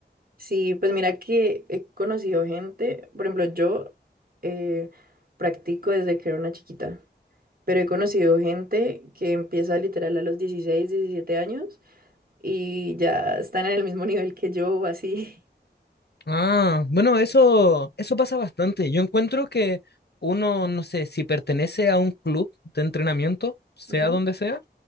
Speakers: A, on the right; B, on the left.
A: Sí, pues mira que he conocido gente, por ejemplo, yo eh, practico desde que era una chiquita, pero he conocido gente que empieza literal a los 16 17 años y ya están en el mismo nivel que yo, así.
B: Ah, bueno, eso, eso pasa bastante. Yo encuentro que uno, no sé, si pertenece a un club de entrenamiento, sea
A: <laughs> Ujú,
B: donde sea,